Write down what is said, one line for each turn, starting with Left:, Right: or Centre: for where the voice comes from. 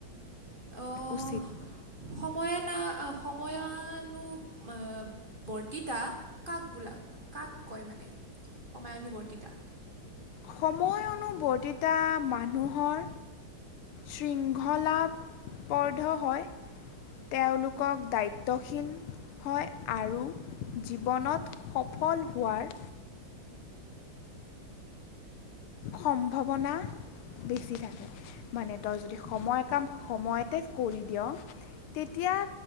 Right: অহ
Left: উচিত
Right: সময়ে না সময় য়ানু আ বৰ্তিতা কাক বোলা কাক কয় মানে সমায়ানুবৰ্তিতা?
Left: সময়নুবৰ্তিতা মানুহৰ শৃংখলাবদ্ধ হয় তেওঁলোকক দায়িত্বশীল হয় আৰু জীৱনত সফল হোৱাৰ সম্ভাৱনা বেছি থাকে। মানে তই যদি সময় কাম সময়তে কৰি দিয় তেতিয়া